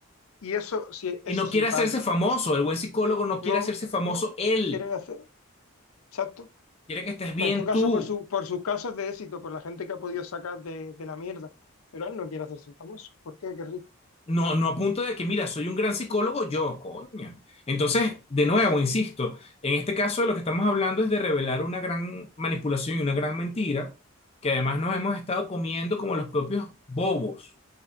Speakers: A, on the left; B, on the left.
A: y eso sí,
B: Y
A: eso
B: no
A: sí
B: quiere
A: vale.
B: hacerse famoso, el buen psicólogo no
A: No,
B: quiere hacerse famoso
A: no,
B: él,
A: quiere hacer, exacto.
B: quiere que estés
A: En
B: bien
A: todo caso,
B: tú.
A: por su, por sus casos de éxito, por la gente que ha podido sacar de, de la mierda. Pero él no quiere hacerse famoso. ¿Por qué querría?
B: No, no a punto de que, mira, soy un gran psicólogo yo, coño. Entonces, de nuevo, insisto, en este caso lo que estamos hablando es de revelar una gran manipulación y una gran mentira, que además nos hemos estado comiendo como los propios bobos.